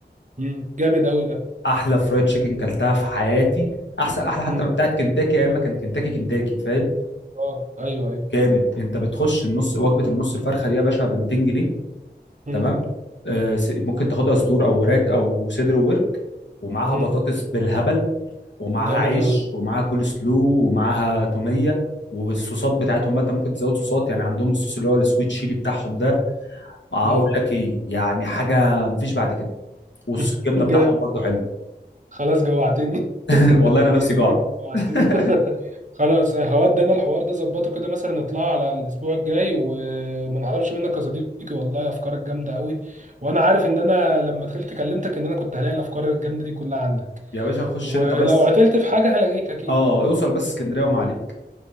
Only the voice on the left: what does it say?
احلى فرايد تشيكن كلتها في حياتي احسن احلى حتى
من بتاعه كنتاكي يا اما كان كنتاكي كنتاكي فاهم
جامد انت بتخش النص وجبه النص الفرخه دي يا باشا ب 200 جنيه
تمام آه س- ممكن تاخدها صدور او وراك او صدر وورك ومعاها
بطاطس بالهبل ومعاها
عيش
ومعاها كول سلو ومعاها توميه والصوصات بتاعتهم بقى انت ممكن تزود صوصات يعني عندهم الصوص اللي هو السويت تشيلي بتاعهم ده اقول
لك ايه يعني حاجه مفيش بعد كده وصوص
الجبنه بتاعهم
برضو حلو
<laughs> والله انا نفسي جوعت
<laughs>
يا باشا خش
انت بس
اه اوصل بس اسكندريه وما عليك